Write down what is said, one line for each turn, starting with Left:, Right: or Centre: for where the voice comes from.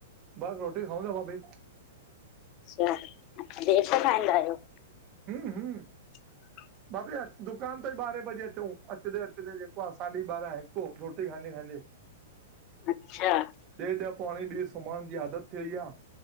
Right: बस रोटी खाऊ दा भाभी।
Left: अच्छा देर सां खाईंदा आयो?
Right: हू हू।
Left: <inaudible>
Right: भाभी दुकान तं ॿारहें बजे अचूं अचंदे अचंदे जेको अंसाजी ॿारहां हिक रोटी खाईंदे खाईंदे।
Left: अच्छा।
Right: डेॾ पोणे बि सुमहण जी आदत थी वई आ।